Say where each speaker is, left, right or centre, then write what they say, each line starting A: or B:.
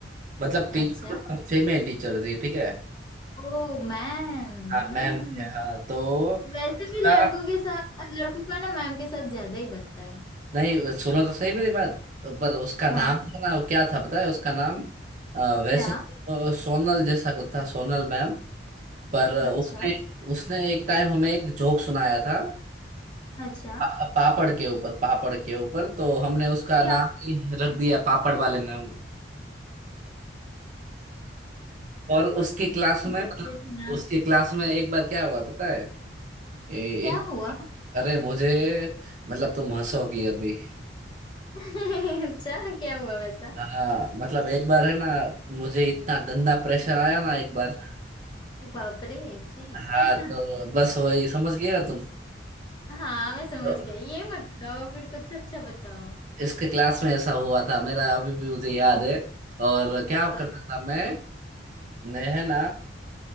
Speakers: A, on the right; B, on the left.
A: मतलब टीचर
B: अच्छा
A: मतलब फीमेल टीचर थी ठीक है
B: ओ मैम
A: हाँ
B: हम्म
A: मैम थे हाँ तो
B: वैसे
A: उसका
B: भी लड़कों के साथ लड़कों का ना मैम के साथ ज्यादा ही बनता है
A: नहीं सुनो तो सही मेरी बात तो पर उसका नाम
B: हाँ
A: था ना वो क्या था पता है उसका नाम अ, वैसे
B: क्या
A: तो सोनल जैसा कुछ था सोनल मैम पर
B: अच्छा
A: उसने उसने एक टाइम हमें एक जोक सुनाया था
B: अच्छा
A: पा, पापड़ के ऊपर पापड़ के ऊपर तो हमने उसका
B: क्या
A: नाम ही रख
B: <laughs>
A: दिया पापड़ वाले मैम और उसकी क्लास में
B: बच्चे
A: मतलब
B: थे ना
A: उसकी क्लास में एक बार क्या हुआ पता है ए, एक
B: क्या हुआ
A: अरे मुझे मतलब तुम हंसोगी अभी
B: <laughs> अच्छा क्या हुआ वैसा
A: हाँ मतलब एक बार है ना मुझे इतना गंदा प्रेशर आया ना एक बार
B: बाप रे जी
A: हाँ
B: <laughs>
A: तो बस वही समझ गए ना तुम
B: हाँ मैं समझ
A: तो
B: गई ये मत बताओ फिर कुछ अच्छा बताओ
A: इसके क्लास में ऐसा हुआ था मेरा अभी भी मुझे याद है और क्या
B: तो
A: करता था मैं मैं है ना